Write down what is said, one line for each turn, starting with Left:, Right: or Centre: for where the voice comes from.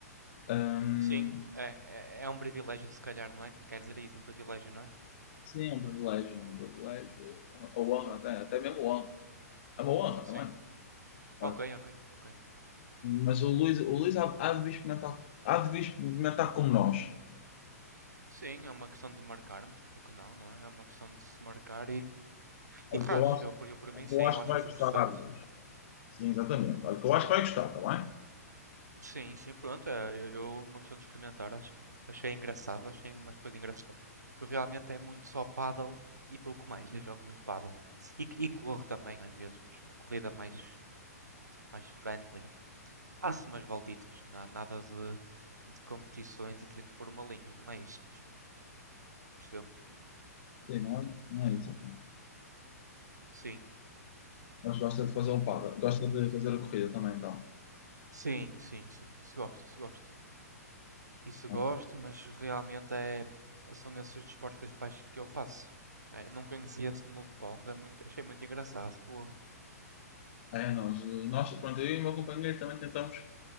Left: Ehm,
Right: Sim, é, é, é um privilégio, se calhar, não é? Quer dizer isso, um privilégio, não é?
Left: sim, é um privilégio, é um privilégio. A honra, até, até mesmo honra. É uma honra
Right: Sim.
Left: também. Claro.
Right: Ok, ok, ok.
Left: Mas o Luís, o Luís há, há de vir experimentar, há de vir experimentar como nós.
Right: Sim, é uma questão de marcarmos, porque não, não é? É uma questão de se marcar e,
Left: Porque
Right: e faz.
Left: eu acho
Right: Eu, por eu por
Left: O
Right: mim,
Left: que
Right: sim,
Left: eu acho
Right: eu acho
Left: que vai
Right: isso
Left: gostar.
Right: interessante.
Left: Sim, exatamente. Olha, o que eu acho que vai gostar, está bem?
Right: Sim, sim, pronto. é, Eu, eu, uma questão de experimentar, acho, achei engraçado, achei uma coisa engraçada. Porque realmente é muito só paddle e pouco mais. Eu jogo muito paddle. E, e corro também às vezes, mas uma corrida mais, mais friendly. Faço umas voltitas, na- nada de, de competições e 30 por uma linha, não é isso? Percebeu?
Left: Sim, não é, não é isso. então.
Right: Sim.
Left: Mas gosta de fazer um par, gosta de fazer a corrida também, então.
Right: Sim, sim, sim. Isso gosto, isso gosto. Isso
Left: Ok.
Right: gosto, mas realmente é, são esses os desportos principais que eu faço. É, não conhecia esse no de Pong, é muito, achei muito engraçado. Foi.
Left: É, nós, nós, pronto, eu e o meu companheiro também tentamos